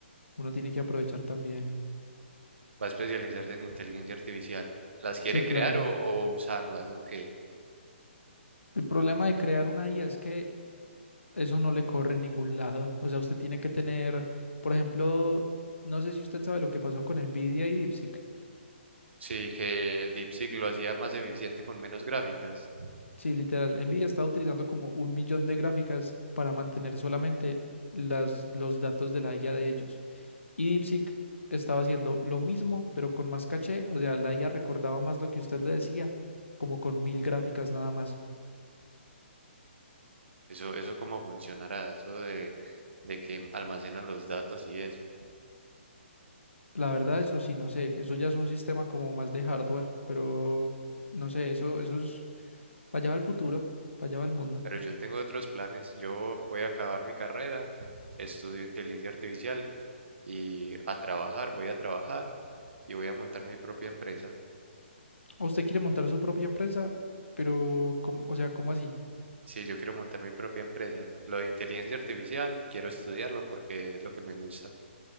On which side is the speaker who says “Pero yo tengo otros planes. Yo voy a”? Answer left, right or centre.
Right